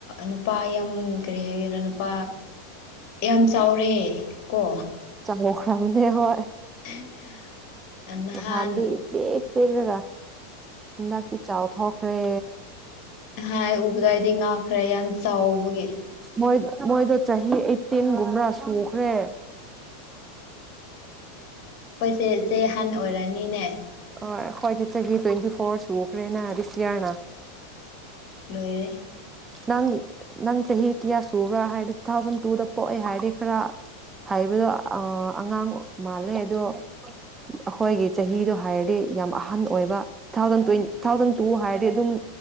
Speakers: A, on the left (about 45°); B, on the right (about 20°).
A: ꯅꯨꯄꯥ ꯌꯥꯝ ꯀꯔꯤ ꯍꯥꯏꯒꯦꯔꯥ ꯅꯨꯄꯥ ꯌꯥꯝ ꯆꯥꯎꯔꯦ ꯀꯣ
B: ꯆꯣ ꯊꯥꯎꯗꯦ ꯍꯣꯏ
A: <inaudible> ꯅꯍꯥꯟ
B: ꯍꯗꯤ ꯄ꯭ꯔꯒ ꯅ ꯆꯑꯣ ꯊ ꯍ ꯑꯩꯈꯔꯦ
A: ꯍꯥ ꯎꯕꯗꯏꯗꯤ ꯉꯈ꯭ꯔꯦ ꯌꯥꯝ ꯆꯥꯎꯥꯎ ꯑꯃꯦ
B: ꯃꯣꯏ ꯃꯣꯏꯗꯣ ꯆꯍꯤ ꯑꯩꯠꯇꯤꯟꯒꯨꯝꯕ꯭ꯔꯥ ꯁꯨꯈ꯭ꯔꯦ
A: ꯑꯩꯈꯣꯏꯁꯦ ꯍꯟ ꯑꯣꯏꯔꯅꯤꯅꯦ
B: ꯑ ꯍꯣꯏꯗꯤꯠ ꯆꯍꯤ ꯇ꯭ꯋꯦꯟꯇꯤ ꯐꯣꯔ ꯁꯨꯈ꯭ꯔꯦꯅ ꯍꯥꯏ ꯍꯁꯤꯌꯥꯅꯥ
A: ꯂꯣꯏꯔꯦ
B: ꯅꯪ ꯅꯪ ꯆꯍꯤ ꯀꯌꯥ ꯁꯨꯕ꯭ꯔꯥ ꯍꯥꯏꯔꯗꯤ ꯇꯨ ꯊꯥꯎꯖꯟ ꯇꯨꯗ ꯄꯣꯛꯑꯦ ꯍꯥꯏꯔꯗꯤ ꯈꯔ ꯍꯥꯏꯕꯗꯣ ꯑꯉꯥꯡ ꯃꯥꯜꯂꯦ ꯑꯗꯣ ꯑꯩꯈꯣꯏꯒꯤ ꯆꯍꯤꯗꯣ ꯍꯥꯏꯔꯗꯤ ꯌꯥꯝ ꯑꯍꯟ ꯑꯣꯏꯕ two thousand twenty two thousand two ꯍꯥꯏꯔꯗꯤ ꯑꯗꯨꯝ